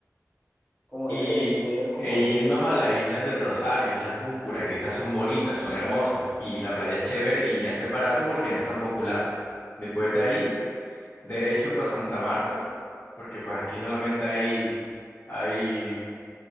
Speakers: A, on the left; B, on the left.
A: Como
B: Y
A: debe de ser, como
B: e
A: debe
B: irnos
A: de ser.
B: a las Islas del Rosario, Islas Múcura, que esas son bonitas, son hermosas. Y la playa es chévere y hasta es barato porque no es tan popular. Después de ahí, derecho para Santa Marta, porque pues aquí solamente hay, hay,